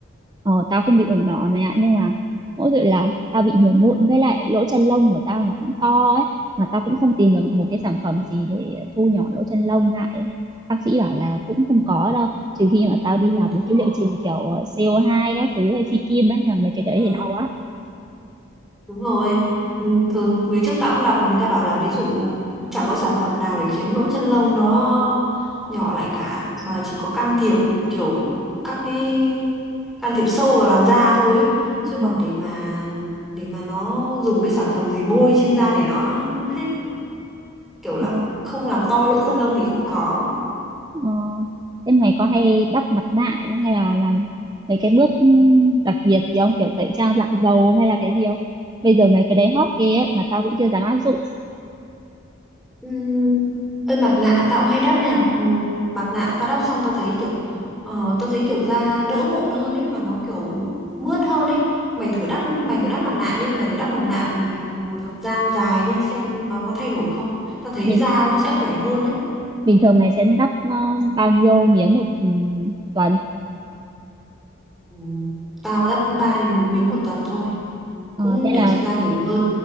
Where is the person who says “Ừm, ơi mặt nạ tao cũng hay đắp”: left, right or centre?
Centre